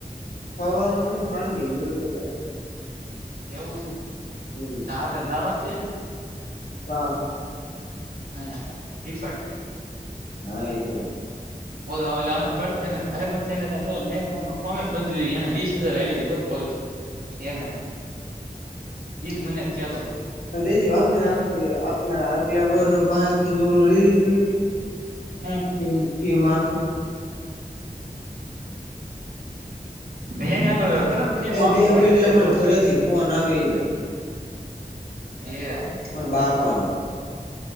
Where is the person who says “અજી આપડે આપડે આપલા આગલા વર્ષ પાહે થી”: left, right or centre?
Left